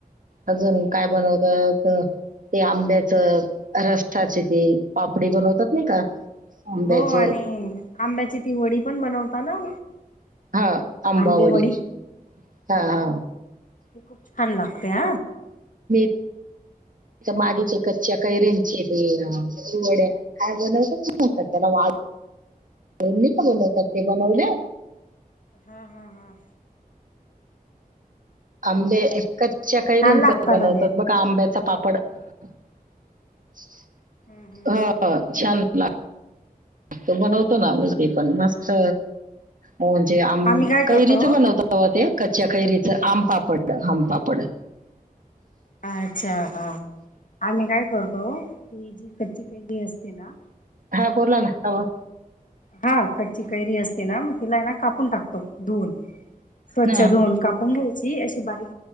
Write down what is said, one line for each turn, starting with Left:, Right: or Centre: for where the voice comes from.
Right: अजून काय बनवताय असं? ते आंब्याचं रसाचे ते पापडी बनवतात नाही का? आंब्याचे
Left: हो आणि आंब्याची ती वडी पण बनवता ना,
Right: हा आंबावडी
Left: आंबे वडी
Right: हा.. हा..
Left: ब <inaudible> छान लागतेय
Right: <unintelligible> मागेचे कच्च्या कैरयांची <unintelligible> वडया काय बनवताततात त्याला <unintelligible> का बनवतात ते बनवले.
Left: हंम हंम हंम
Right: आंबे कच्या कैरींच
Left: छान लागत
Right: बनवतात
Left: ना ते
Right: बघा आंब्याचा पाप पड <inaudible>
Left: हम्म हम्म
Right: ह
Left: हम्म हम्म.
Right: छान ला तो बनवतो ना मी ते पण मस्त म्हणजे आम
Left: आम्ही काय करतो
Right: कैरीच बनवता हव ते कच्च्या कैरीच आम पापड आमपापड
Left: अच्छा हा आम् काय करतो, की जी कच्ची कैरी असते ना
Right: हा बोला ना हवा
Left: हा क कैरी असते ना मग तिला ना कापून टाकतो धुून स्वच्छ
Right: हा
Left: धुून कापून घ्यायची, अशी बारीक